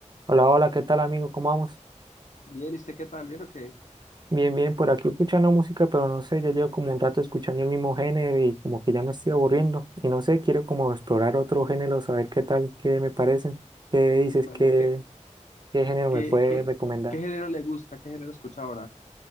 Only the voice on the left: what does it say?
Bien, ¿y usted qué tal? ¿Bien o qué?
Bueno,
¿qué,
qué,
qué,
qué género le gusta? ¿Qué género escucha ahora?